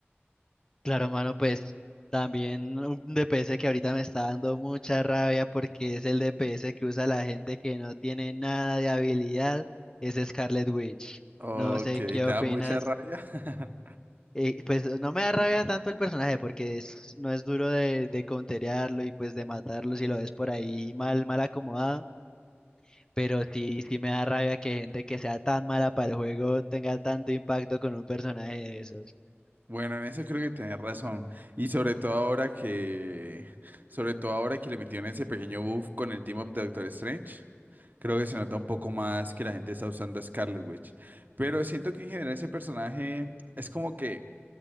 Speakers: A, on the left; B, on the right.
A: Claro, mano, pues también un DPS que ahorita me está dando mucha rabia porque es el DPS que usa la gente que no tiene nada de habilidad, es Scarlet Witch.
B: Ok,
A: No sé
B: te
A: qué opinas.
B: da mucha rabia. <laughs>
A: Eh, pues no me da rabia tanto el personaje porque es- no es duro de, de counterearlo y pues de matarlo si lo ves por ahí mal, mal acomodado. Pero sí, sí me da rabia que gente que sea tan mala para el juego tenga tanto impacto con un personaje de esos.
B: Bueno, en eso creo que tenés razón. Y sobre todo ahora que, sobre todo ahora que le metieron ese pequeño buff con el team up de Doctor Strange, creo que se nota un poco más que la gente está usando a Scarlet Witch. Pero siento que en general ese personaje es como que